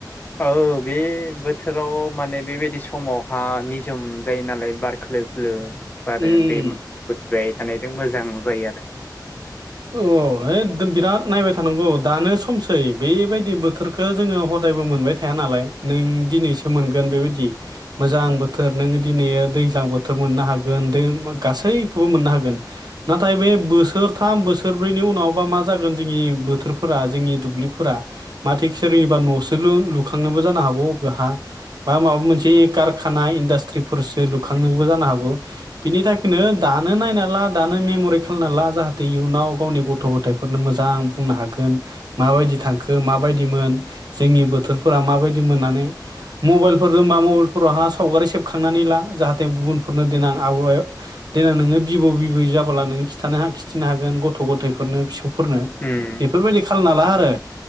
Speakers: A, on the left (about 25°); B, on the right (about 70°).
A: औ बे बोथोराव माने बेबाय दि समाव हा निजोम जायो नालाय बार खोलो खोलो बारो
B: उम
A: दैमा <unintelligible> बाय थानायजों मोजां जायो आरो।
B: औ है दो बिराद नायबाय थानांगौ दानो सम सै बेबायदि बोथोरखो जोङो हदायबो मोनबाय थाया नालाय नों दिनैसो मोनगोन बेबायदि मोजां बोथोर नों दिनै दैज्लां बोथोर मोननो हागोन गासैखोबो मोननो हागोन। नाथाय बे बोथोर थाम बोसोरब्रैनि उनावबा मा जागोन जोंनि बोथोरफोरा जोंनि दुब्लिफोरा मा थिग सोरोङिबा न'सो लुखांनोबो जानो हागौ बबेहा बा माबा मोनसे कारखाना इन्डास्ट्रिफोरसो लुखांनोबो जानो हागौ बिनि थाखायनो दानो नायना ला दानो मेमरि खालामना ला जाहा थे इयुनाव गावनि गथ' गथाय फोरनो मोजां बुंनो हागोन माबायदि थांखो माबायदिमोन जोंनि बोथोरफोरा माबायदि मोननानै मबाइलफोर दोंबा मबाइलफोरावहा सावगारि सेबखांनानै ला जाहाथे गुबुनफोरनो देनां आबाहाया देनां नोङो बिबौ बिबै जाबोला नोङो खिथानो खि थिनो हागोन गथ' गथायफोरनो फिसौ फोरनो
A: उम
B: बेफोरबायदि खामना ला आरो